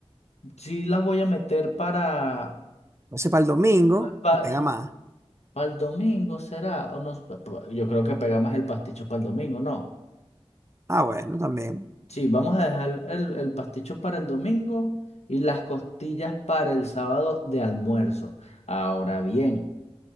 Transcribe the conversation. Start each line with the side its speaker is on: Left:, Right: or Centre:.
Left: Sí las voy a meter para,
Right: No sé, para el domingo,
Left: para,
Right: que pega más.
Left: el domingo, ¿será? O no, pa- pa- yo creo que pega más el pasticho para el domingo, ¿no?
Right: Ah, bueno, también.
Left: Sí, vamos a dejar el, el pasticho para el domingo y las costillas para el sábado de almuerzo. Ahora bien,